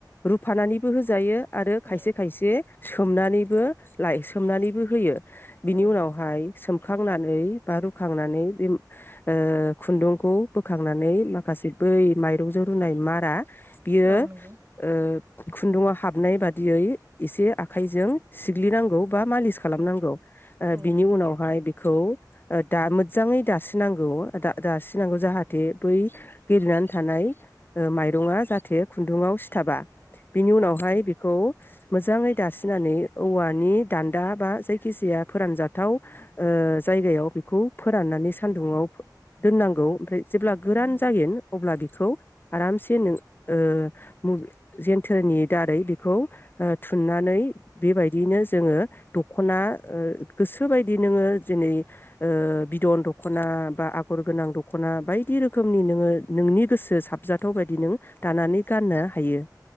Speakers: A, on the left (about 30°); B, on the right (about 30°).
A: रुफानानैबो होजायो आरो खायसे
B: औ
A: खायसे सोमनानैबो लाय सोमनानैबो होयो बिनि
B: औ
A: उनावहाय सोम खांनानै बा रुखांनानै बि ओ खुन्दुंखौ बोखांनानै माखासे बै मायरंजो रुनाय मारा बियो
B: औ नंगौ
A: ओ खुन्दुङा हाबनाय बादियै एसे आखाइजों सिग्लिनांगौ बा मालिस खालामनांगौ
B: औ
A: ओ
B: औ
A: बिनि
B: नंगौ
A: उनावहाय बेखौ ओ दा मोजाङै <unintelligible> नांगौ दा दासिनांगौ जाहाथे बै <unintelligible> थानाय ओ माइरंआ जाहाथे खुन्दुुंआव सि <unintelligible> बिनि उनावहाय
B: औ नंगौ औ
A: बेखौ मोजाङै दासिनानै औवानि दान्दा बा जायखि जाया फोरानजाथाव ओ जायगायाव बेखौ फोराननानै सान्दुंङाव दोननांगौ ओमफ्राय जेब्ला गोरान
B: नंगौ
A: जायो अब्ला बिखौ आरामसे नों ओ मुबि जेन्थोरनि दारै बेखौ थुननानै बेबायदियैनो जोङो दखना ओ गोसो बायदि नोङो जेरै ओ बिदन दखना बा आगर गोनां दखना बायदि रोखोमनि नोङो नोंनि गोसो साब जाथाव बायदि नों दानानै गाननो हायो